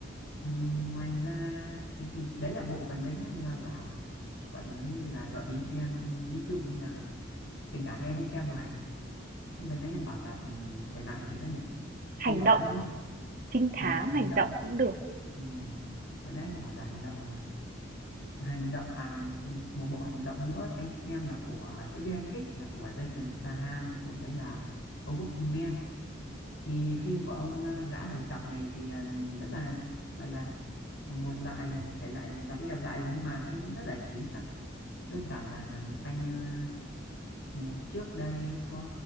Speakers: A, on the left; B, on the right.
A: Ừm, ngoài ra thì, thì đấy là bộ gần đấy nhá như là giảm còn nếu như là gợi ý cho em ví dụ như là tình cảm thì em không xem rồi lúc gần nãy em bảo là ừm, thể loại gì nữa nhỉ
B: hành
A: trinh thám
B: động,
A: đúng không
B: trinh thám
A: ừ,
B: hành
A: hành động
B: động cũng được.
A: ừ. Vừa nãy anh bảo là hành động này hành động à một bộ hành động nữa anh xem là của diễn viên anh thích là của Jason Statham bộ đấy là A Working Man thì phim của ông à, gã đầu trọc này thì à, rất là gọi là một loại à, một thể loại lặp đi lặp lại nhưng mà xem vẫn rất giải trí đó. đơn giản là anh à, một trước đây có